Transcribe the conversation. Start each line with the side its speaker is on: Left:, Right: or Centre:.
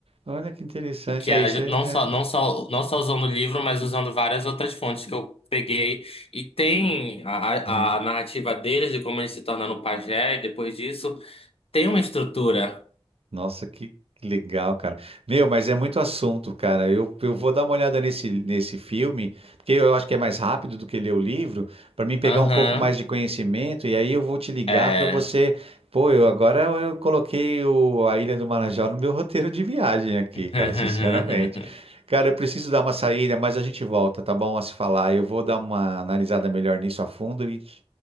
Right: Olha que interessante.
Left: que
Right: É
Left: é
Right: isso,
Left: ju-
Right: é.
Left: não só, não só, não só usando o livro, mas usando várias outras fontes que eu peguei. E tem a,
Right: é, é.
Left: a- a narrativa deles de como eles se tornaram pajé, e depois disso tem uma estrutura.
Right: Nossa, que legal, cara. Meu, mas é muito assunto, cara. Eu, eu vou dar uma olhada nesse, nesse filme, porque eu acho que é mais rápido do que ler o livro, para mim pegar
Left: Aham,
Right: um pouco mais de conhecimento, e aí eu vou te ligar
Left: é.
Right: para você. Pô, eu agora eu coloquei o, a Ilha do Marajó no meu <laughs> roteiro de viagem aqui,
Left: <laughs>
Right: cara, sinceramente. Cara, eu preciso dar uma saída, mas a gente volta, tá bom? A se falar. Eu vou dar uma analisada melhor nisso a fundo e,